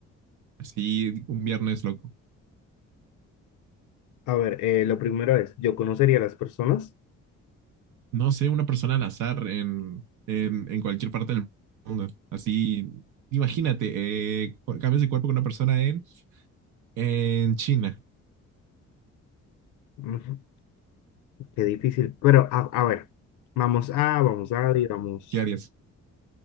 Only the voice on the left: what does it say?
A ver, eh, lo primero es, yo conocería a las personas.
Ujú, Qué difícil. Pero, a, a ver, vamos a, vamos a, digamos,